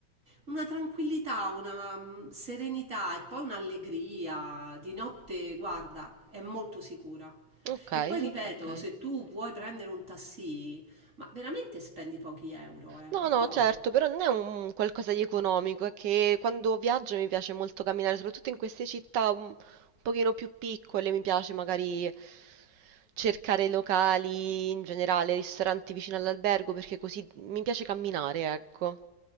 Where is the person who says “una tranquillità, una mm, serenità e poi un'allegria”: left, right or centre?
Right